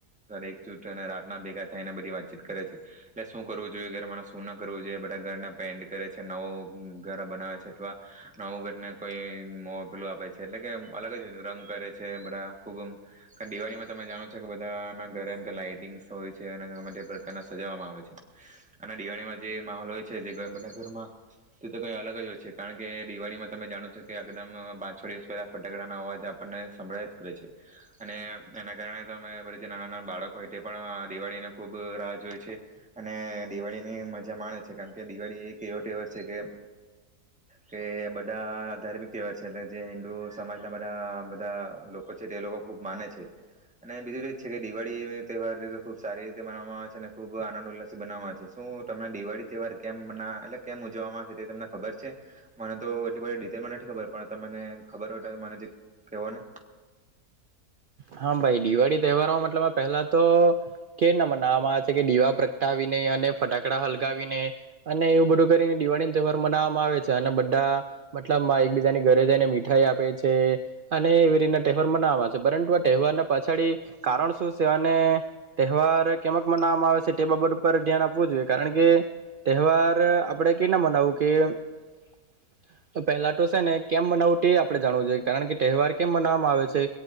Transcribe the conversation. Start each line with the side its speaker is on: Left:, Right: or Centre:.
Centre: એકજૂ અને રાતના ભેગા થાયને બધી વાતચીત કરે છે એટલે શું કરવું જોઈએ ઘરમાં શું ના કરવું જોઈએ બધા ઘરના પેન્ટ કરે છે નવું ઘર બનાવે છે અથવા નવું ઘરને કોઈ મોબલોું આપે છે એટલે કે અલગ જ રંગ કરે છે બધા ખૂબ દિવાળીમાં તમે જાણો છો કે બધા ના ઘરે એમ લાાઈટિંગ્સ હોય છે અને ઘ પ્રકારના સજાવવામાં આવે છે અને દિવાળીમાં જે માહોલ હોય છે જે બધા ઘરમાં તે તો કઈ અલગ જ હોય છે કારણ કે દિવાળીમાં તમે જાણો છો કે એકદમ પાંચ છ દિવસ પહેલા ફટાકડાના અવાજ આપણને સંભળાય જ કરે છે અને એના કારણે તમે બધ નાના નાના બાળકો એ પણ દિવાળીને ખૂબ રાહ જો હોય છે અને દિવાળીની મજા માણે છે કારણ કે. દિવાળી એક એવો તહેવાર છે કે કે બધા ધાર્મિક તહેવાર છે એટલે જે હિન્દુ સમાજના બધા બધા લોકો છે તે લોકો ખૂબ માને છે અને બીજું એ જ છે કે દિવાળી તહેવાર ખૂબ સારી રીતે મનાવામાં આવે છે અને ખૂબ આનંદ ઉલ્લાસ બનવામાં આવે છે શું તમને દિવાળી તહેવાર. કેમ ના એટલે કેમ ઉજવવામાંશે તે તમને ખબર છે મને તો એટલી બધ ડિટેલમાં નથી ખબર પણ તમને ખબર હોય તો મને જે કેવો ને.
Right: હા ભાઈ દિવાળી તહેવારમાં મતલબ પહેલા તો કેઇના મનાવામાં આવે છે કે દિવા પ્રગટાવી ને અને ફટાકડા હલગાવી ને અને એવું બધું કરીને દિવાળી ન તહેવાર મનાવામાં આવે છે અને બધા. મતલબ બધા એકબીજાની ઘરે જઈને મી <unintelligible> આપે છે અને એવી રીતના તહેવાર <unintelligible> છે. તહેવાર પાછડી કારણ શું છે અને તહેવાર કેમક મનાવામાં આવે છે તે બાબત ઉપર ધ્યાન આપવું જોઈએ કારણ કે તહેવાર આપણે કે ના મનાવવું કે પહેલા તો છે ને કેમ મનાવવું તે આપણે જાણવું જોઈએ કારણ કે તહેવાર કેમ મનાવવામાં આવે છે